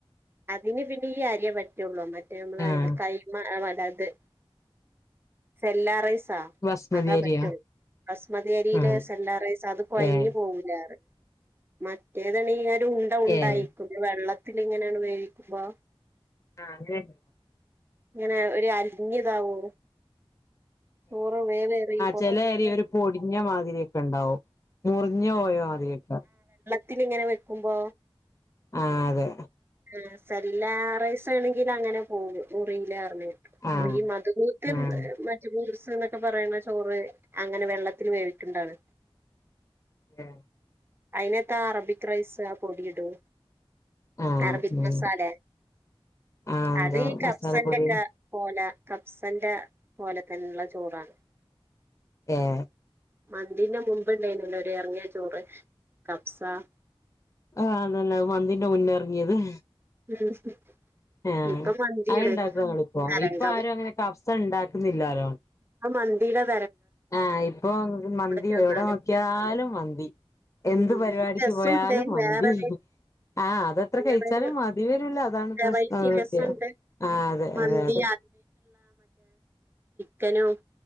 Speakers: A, on the right; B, on the left.
A: അതിന് പിന്നെ അരിയെ പറ്റുള്ളൂ മറ്റേ- നമ്മള കൈയിലെ
B: ആഹ്
A: കൈമ - സെല്ലറസ്
B: ബസ്മതി
A: അതാ
B: അരിയാ
A: പ ബസ്മതി അരിയില്
B: ആഹ്
A: സെല്ലാറസ് അത് കുഴഞ്ഞഞ്
B: ഏഹ്
A: പോവില്ല മറ്റേതാണ് ഉണ്ട ഉണ്ടായിരിക്കുന്നു
B: ഏഹ്
A: വെള്ളത്തി പിന്നെ എങ്ങനെയാണ് വേവിക്കുമ്പാ
B: ആ അങ്ങനെയെന്നെ
A: ഇങ്ങനെ ഒര് അലിഞ്ഞ് ഇതാവു ചോറ് വേവ് ഏറി
B: ചെലെ അരി ഒര് പൊടിഞ്ഞ മാതിരി കേക്ക് ഇണ്ടാവും മുറിഞ്ഞ് പോയ മതിരി ഒക്കെ
A: ത്തിൽ ഇങ്ങനെ വെക്കുമ്പോ
B: ആ അതെ
A: ആ സരില്ലാ റൈസ് ആണെങ്കിൽ അങ്ങനെ പോകും മുറിലാ പർഞ്ഞ്
B: ആഹ്
A: അല്ല ഈ മത്ബുത്ത്
B: ആഹ്
A: മജ്ബൂസ് സ് ന്നൊക്കെ പറിണെ ചോറ് അങ്ങനെ വെള്ളത്തില് വേവിക്ക്ണ്ടാണ്
B: ഏ
A: അയിനെത്താ അറബിക് റൈസ് ആ പൊടിയിടും
B: ആഹ്
A: അറബിക്
B: ഉം
A: മസാല
B: ആഹ് എന്തോ
A: അത് ഈ കഫ്സന്റെ
B: മസാലപ്പൊടിയും
A: ക്കെ പോലെ- കബ്സന്റെ പോലെ തന്നെയുള്ള ചോറാണ്-
B: ഏഹ്-
A: മന്തിന്ന് മുമ്പുണ്ടായിനുല്- എറങ്ങിയ ചോറ് കഫ്സ-
B: ആഹ് അതന്നെ മന്തിന്റെ മുന്ന്റങ്ങിയത്-
A: <unintelligible>
B: ആഹ്
A: ഇപ്പൊ മന്തിയാണ്
B: അത്ണ്ടാക്കുവോ ഇങ്ങളിപ്പോ
A: തരംഗം
B: ഇപ്പൊ ആരും അങ്ങനെ കഫ്സ ഉണ്ട ക്കുന്നില്ലാലോ?
A: ഇപ്പ മന്തിടെ-
B: ആഹ് ഇപ്പൊ മന്തി
A: ചെന്നാലും
B: എവിടെ നോക്കിയാലും മന്തി- ന്തി- എന്ത്
A: ഉം
B: പരിപാടിക്ക്
A: രസമുണ്ട്
B: പോയാലും മന്തി
A: വേറൊരു
B: ആഹ് അതെത്ര കഴിച്ചാലും
A: വേറൊരു
B: മതി വരൂല്ല അതാണ്
A: വെറൈറ്റി
B: പ്രശ്നംത്യം
A: രസമുണ്ട്
B: ആഹ് അതെ
A: മന്തി
B: അതെ അതെ-
A: ക്കനും-